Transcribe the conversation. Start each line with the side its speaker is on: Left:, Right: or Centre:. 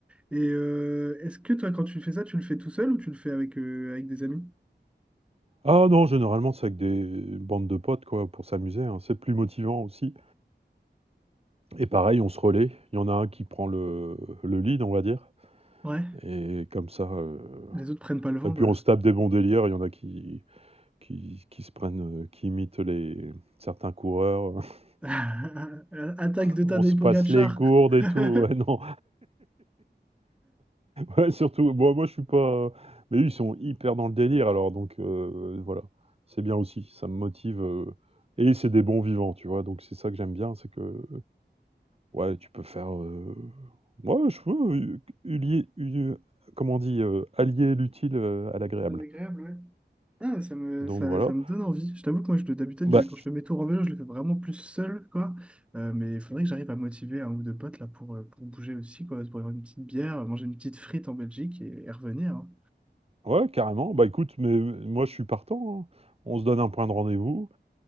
Centre: Et euh, est-ce que toi, quand tu fais ça, tu le fais tout seul ou tu le fais avec, euh, avec des amis?
Right: Ah non, généralement c'est avec des bandes de potes quoi pour s'amuser. hein. C'est plus motivant aussi. Et pareil, on se relaie. Il y en a un qui prend le, le lead, on va dire.
Centre: Ouais,
Right: Et comme ça, euh,
Centre: les autres prennent pas le vent,
Right: et puis
Centre: quoi.
Right: on se tape des bons délires. Il y en a qui qui, qui se prennent, euh, qui imitent les certains coureurs. <laughs>
Centre: <laughs> Attaque de
Right: on
Centre: Tadej
Right: se
Centre: Pogacar.
Right: passe les gourdes et
Centre: <laughs>
Right: tout. Ouais, non, Ouais, surtout, bon, moi je suis pas. Mais eux, ils sont hyper dans le délire alors, donc euh, voilà, c'est bien aussi, ça me motive. euh, Et c'est des bons vivants, tu vois, donc c'est ça que j'aime bien, c'est que, ouais, tu peux faire. euh, Ouais, je veux euh, ulier- u- comment on dit, euh, allier l'utile euh, à l'agréable.
Centre: Agréable, ouais. Ah, ça me,
Right: Donc
Centre: ça,
Right: voilà.
Centre: ça me donne envie. Je t'avoue que moi, je, d'habitude,
Right: Bah,
Centre: je- quand je fais mes tours en vélo, je le fais vraiment plus seul, quoi. Euh, mais il faudrait que j'arrive à motiver un ou deux potes là, pour, euh, pour bouger aussi, quoi. Pour avoir une petite bière, manger une petite frite en Belgique et, et revenir. hein.
Right: ouais, carrément. Bah écoute, mais euh, moi je suis partant. hein. On se donne un point de rendez-vous